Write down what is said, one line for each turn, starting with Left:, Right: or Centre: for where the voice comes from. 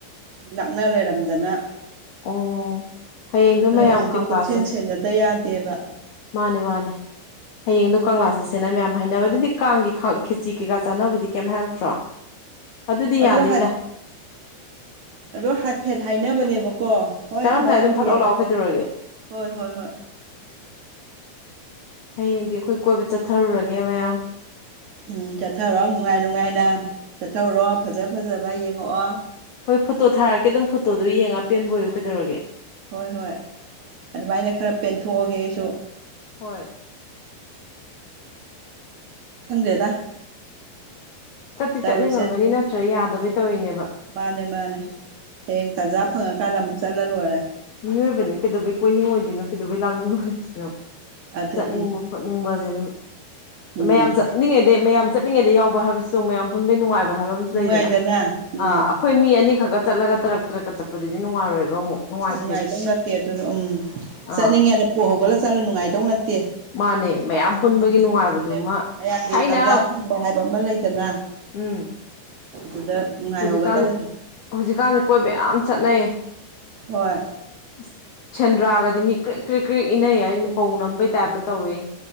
Right: ꯂꯥꯛꯅ ꯂꯩꯔꯝꯗꯅ
Left: ꯑꯣ ꯍꯌꯦꯡꯗꯣ
Right: ꯑꯗꯨꯅ
Left: ꯃꯌꯥꯝ
Right: ꯍꯧꯖꯤꯛꯇꯤ
Left: ꯀꯪꯂꯥ
Right: ꯀꯨꯞꯁꯦꯟ
Left: ꯆꯠ
Right: ꯁꯦꯟꯅꯗ ꯌꯥꯗꯦꯕ
Left: ꯃꯥꯅꯦ ꯃꯥꯅꯦ ꯍꯌꯦꯡꯗꯣ ꯀꯪꯂꯥ ꯆꯠꯁꯦꯅ ꯃꯌꯥꯝ ꯍꯥꯏꯅꯕ ꯑꯗꯨꯗꯤ ꯀꯥꯡꯒꯤ ꯈꯦꯆꯤ ꯀꯩꯀꯥ ꯆꯥꯅꯕꯗꯤ ꯀꯩꯝ ꯍꯥꯏꯔꯛꯇ꯭ꯔꯣ <unintelligible> ꯑꯗꯨꯗꯤ
Right: ꯑꯗꯨ
Left: ꯌꯥꯅꯤꯗ
Right: <unintelligible> ꯑꯗꯨ ꯍꯥꯏꯐꯦꯠ ꯍꯥꯏꯅꯕꯅꯦꯕꯀꯣ ꯍꯣꯏ
Left: ꯆꯥꯔꯝꯗꯥꯏ
Right: ꯃꯑꯣꯡ
Left: ꯑꯗꯨꯝ ꯐꯠꯂꯥꯎ
Right: ꯌꯦꯡꯉꯁꯦ
Left: ꯂꯥꯛꯑꯣ ꯀꯩꯗꯧꯔꯒꯦ
Right: ꯍꯣꯏ ꯍꯣꯏ ꯍꯣꯏ
Left: ꯍꯌꯦꯡꯗꯤ ꯑꯩꯈꯣꯏ ꯀꯣꯏꯕ ꯆꯠꯊꯔꯨꯔꯒꯦ ꯃꯌꯥꯝ
Right: ꯎꯝ ꯆꯠꯊꯔꯣ ꯅꯨꯡꯉꯥꯏ ꯅꯨꯡꯉꯥꯏꯅ ꯆꯠꯊꯧꯔꯣ ꯐꯖ ꯐꯖꯕ ꯌꯦꯡꯉꯛꯑꯣ
Left: ꯍꯣꯏ ꯐꯣꯇꯣ ꯊꯥꯔꯛꯀꯦ ꯑꯗꯨꯝ ꯐꯣꯇꯣꯗꯣ ꯌꯦꯡꯉꯒ ꯄꯦꯟꯕ ꯑꯣꯏꯌꯨ ꯀꯩꯗꯧꯔꯒꯦ
Right: ꯍꯣꯏ ꯍꯣꯏ ꯑꯗꯨꯃꯥꯏꯅ ꯈꯔ ꯄꯦꯟꯊꯣꯛꯑꯒꯦ ꯑꯩꯁꯨ
Left: ꯍꯣꯏ
Right: ꯈꯪꯗꯦꯗ <inaudible>
Left: ꯆꯠꯇꯤ
Right: ꯇꯧꯔꯤꯁꯦ
Left: ꯆꯠꯅꯤꯡꯉꯝꯒꯅꯤ ꯅꯠꯇ꯭ꯔ ꯌꯥꯗꯕꯩ ꯇꯧꯔꯤꯅꯦꯕ
Right: ꯃꯥꯅꯦ ꯃꯥꯅꯦ ꯍꯌꯦꯡ ꯇꯥꯟꯖꯥ ꯐꯪꯉꯀꯥꯟꯗ ꯑꯃꯨꯛ ꯆꯠꯂ ꯂꯣꯏꯔꯦ
Left: ꯃꯤꯑꯣꯏꯕꯅꯦ ꯀꯩꯗꯧꯕꯩ ꯀꯣꯏꯅꯤꯡꯉꯣꯏꯗꯣꯏꯅꯣ ꯀꯩꯗꯧꯕꯩ ꯂꯥꯡꯅꯤꯡꯉꯣꯏꯗꯣꯏꯅꯣ
Right: ꯑꯗꯨꯅꯦ
Left: ꯆꯠꯅꯤꯡꯕ ꯈꯣꯠꯅꯤꯡꯕꯖꯦꯑꯗꯨꯝ
Right: ꯎꯝ
Left: ꯃꯌꯥꯝ ꯆꯠꯂꯤꯉꯩꯗ ꯃꯌꯥꯝ ꯆꯠꯂꯤꯉꯩꯗ ꯌꯥꯎꯕ ꯍꯥꯏꯕꯁ ꯃꯌꯥꯝ ꯄꯨꯟꯕꯩ ꯅꯨꯡꯉꯥꯏꯕ ꯍꯥꯏꯕ ꯑꯃꯁꯨ
Right: ꯅꯨꯡꯉꯥꯏꯗꯅ
Left: ꯂꯩꯗꯅ
Right: ꯎꯝ
Left: ꯑ ꯑꯩꯈꯣꯏ ꯃꯤ ꯑꯅꯤꯈꯛꯀ ꯆꯠꯂꯒ ꯇꯔꯛ ꯇꯔꯛꯀ ꯆꯠꯄ ꯗꯨꯗꯤ ꯅꯨꯡꯉꯥꯏꯔꯣꯏꯕ ꯑꯃꯨꯛ ꯅꯨꯡꯉꯥꯏ
Right: ꯅꯨꯡꯉꯥꯏꯗꯧ ꯅꯠꯇꯦ ꯑꯗꯨꯗ ꯎꯝ ꯆꯠꯅꯤꯡꯉꯦꯅ
Left: ꯑꯥ
Right: ꯐꯨꯛ ꯍꯧꯒꯠꯂ ꯆꯠꯂꯨ ꯅꯨꯡꯉꯥꯏꯗꯧ ꯅꯠꯇꯦ
Left: ꯃꯥꯅꯦ
Right: <unintelligible>
Left: ꯃꯌꯥꯝ ꯄꯨꯟꯕꯒꯤ ꯅꯨꯡꯉꯥꯏꯕꯗꯨꯃ
Right: ꯑꯗꯨꯅꯦ ꯃꯌꯥꯝꯒꯤ
Left: ꯊꯥꯏꯅ
Right: ꯇꯥꯟꯖꯥ ꯐꯪꯕ ꯍꯥꯏꯕ ꯑꯃ ꯂꯩꯗꯅ
Left: ꯎꯝ
Right: ꯑꯗꯨꯗ ꯅꯨꯡꯉꯥꯏꯍꯧꯒꯗꯧꯅꯤ
Left: ꯍꯧꯖꯤꯛꯀꯥꯟ ꯍꯧꯖꯤꯛꯀꯥꯟꯖꯦ ꯀꯣꯏꯕ ꯌꯥꯝ ꯆꯠꯅꯩ
Right: ꯍꯣꯏ
Left: <unintelligible> ꯁꯦꯟꯗ꯭ꯔꯥꯒꯗꯤ ꯃꯤ ꯀ꯭ꯔꯤꯛ ꯀ꯭ꯔꯤꯛ ꯀ꯭ꯔꯤꯛ ꯏꯅꯩ ꯍꯥꯏꯖꯖꯤꯅꯤ ꯄꯧ ꯅꯝꯕꯩ ꯇꯥꯏꯞꯇ ꯇꯧꯏ